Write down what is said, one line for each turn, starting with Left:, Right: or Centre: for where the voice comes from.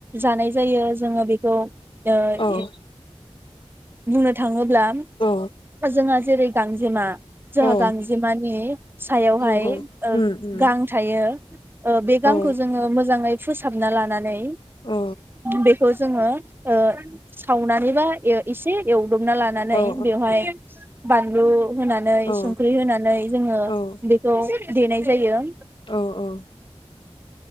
Right: जानाय जायो जोङो बेखौ ओ
Left: औ
Right: इ बुंनो थाङोब्ला
Left: औ
Right: जोंहा जेरै गांजेमा। जोंहा
Left: औ
Right: गांजेमानि सायावहाय
Left: नंगौ उम उम
Right: गां थायो। ओ बे
Left: औ
Right: गांखौ जोङो मोजाङै फोसाबना लानानै
Left: औ
Right: बेखौ जोङो ओ सावनानैबा ए एसे एव <unintelligible> लानानै
Left: औ
Right: बेवहाय बानलु होना होनानै
Left: औ
Right: संख्रि होनानै जोङो
Left: औ
Right: बेखौ देनाय जायो।
Left: औ औ